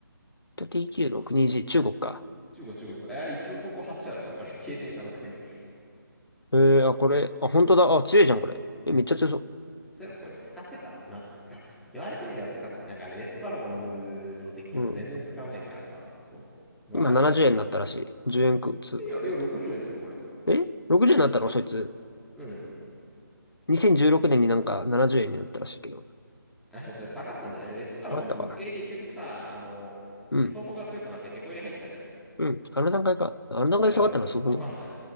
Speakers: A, on the left (about 85°); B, in the centre.
A: はちきゅうろくにジー中国か。
B: 中国、中国。あれ、一応走っ8あるわ、これ。軽戦車のくせに。
A: えー、あ、これ、あ、本当だ。あ、強いじゃん、これ。え、めっちゃ強そ
B: そういえばこれ、使ってたなって。あ言われてみれば使って、なんかね、レッドドラゴンズのデッキを全然使わないからさ、
A: う。うん。
B: そう。
A: 今70円になったらしい。
B: 忘れてた。
A: 10円くつ増えた。
B: いや、いや、60円だよ、これ。
A: え ?60 円になったのそいつ。
B: うん。
A: 2016年になんか70円になったらしいけど。
B: あ、じゃ下がったんじゃないレッドドラゴンズ日経結局さ、
A: 上がったか。
B: あの、
A: うん。
B: 自走砲が強くなってテこ入れ入ったじゃん。
A: うん。あの段階か。あの段階で下がったのはすごくね。
B: 多分、わかんない。